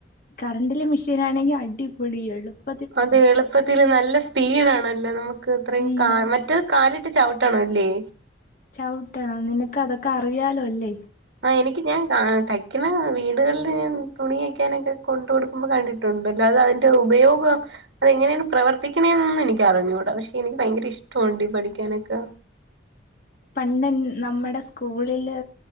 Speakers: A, on the left; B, on the right.
A: കറണ്ടിലെ മെഷീൻ ആണെങ്കിൽ അടിപൊളിയാ എളുപ്പ
B: അതെ എളുപ്പത്തില് നല്ല സ്പീ പീ വേണം അല്ലേ നമുക്ക് അത്രയും
A: ഉം
B: കാല് മറ്റേ കാലിട്ട് ചവിട്ടണം അല്ലേ?
A: ചവിട്ടണം നിനക്ക് അതൊക്കെ അറിയാലോ അല്ലേ?
B: ആ എനിക്ക് ഞാൻ തയ്ക്കണ വീടുകളിൽ ഞാൻ തുണി തയ്ക്കാനൊക്കെ കൊണ്ട് കൊടു ടുക്കുമ്പോൾ കണ്ടിട്ടുണ്ട് അല്ലാതെ അതിന്റെ ഉപയോഗം അതെങ്ങനെയാണ് പ്രവർത്തിക്കണ എന്നൊന്നും എനിക്ക് അറിഞ്ഞുടാ പക്ഷെ എനിക്ക് ഭയങ്കര ഇഷ്ടാണ് ടി പഠിക്കാനൊക്കെ.
A: പണ്ട് എൻ നമ്മുടെ സ്കൂളില്